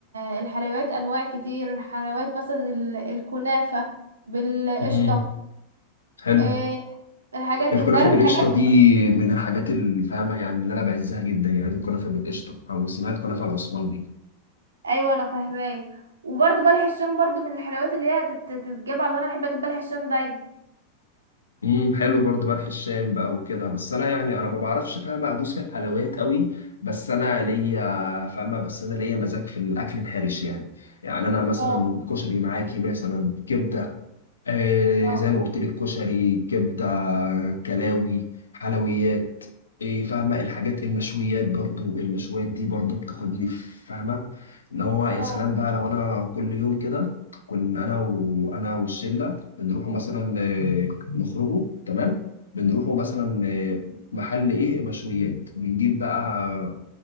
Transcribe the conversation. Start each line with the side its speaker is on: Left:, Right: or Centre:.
Right: آه، الحلويات انواع كتير الحلويات مثلا ال- الكنافة بالقشطة
Left: امم حلو
Right: آه، الحاجات دي
Left: الكنافة
Right: انت عارف
Left: بالقشطة
Right: الحاجات
Left: دي من الحاجات الفاهمة يعني اللي أنا بعزها جدا يعني الكنافة بالقشطة أو اسمها الكنافة العثماني
Right: ايوه انا فاهماك وبرضه بلح الشام برضه من الحلويات اللي هي تت- تتجاب عشان انا بحب اجيب بلح الشام دايما
Left: امم حلو برضو بلح الشام بقى وكده بس أنا يعني أنا ما بعرفش فاهمة أدوس في الحلويات قوي بس أنا ليا فاهمة بس أنا ليا مزاج في الأكل الحرش يعني يعني أنا مثلا
Right: اه
Left: كشري معاكي مثلا كبدة آه
Right: اه
Left: زي ما قلت لك كشري كبدة كلاوي حلويات إيه فاهمة الحاجات المشويات برضو المشويات دي برضو بتاخدني في- فاهمة ان هو يا
Right: اه
Left: سلام بقى لو انا كل يوم كده كنا انا وانا والشلة بنروحوا مثلا آه، نخرجوا تمام بنروحوا مثلا
Right: مم.
Left: آه، محل ايه مشويات بنجيب بقى